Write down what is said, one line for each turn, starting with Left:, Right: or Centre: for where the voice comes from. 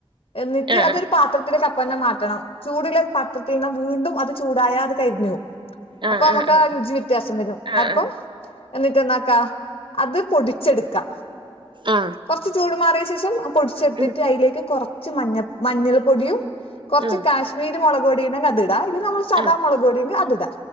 Left: എന്നിട്ട്,
Right: ആ
Left: അതൊരു പാത്ര ത്തില്ക്കപ്പന്നെ മാറ്റണം. ചൂട്ള്ള പത്രത്തീന്ന് വീണ്ടും അത് ചൂടായാ അത് കരിഞ്ഞോവും.
Right: ആ ആ
Left: അപ്പൊ മ്മക്കാ
Right: ആ
Left: രുചി വ്യത്യാസം വരും.
Right: ആ ആ
Left: അപ്പം, എന്നിട്ട് എന്നാക്കാ? അത് പൊടിച്ചെടുക്കാ.
Right: ആ
Left: കൊർച്ച് ചൂട് മാറിയ ശേഷം അപൊടിച്ചെടുത്തിട്ട്,
Right: ഉം,
Left: അയ്ലേക്ക് കുറച്ച് മഞ്ഞ, മഞ്ഞൾ പൊടിയും കൊർച്ച്
Right: ഉം,
Left: കാശ്മീരി മുളക് പൊടിയുണ്ടെങ്കി അത് ഇടാ. ഇല്ലേ നമ്മൾ സാദാമുളക്
Right: ആ ആ
Left: പൊടിയെങ്കി അത്ടാ.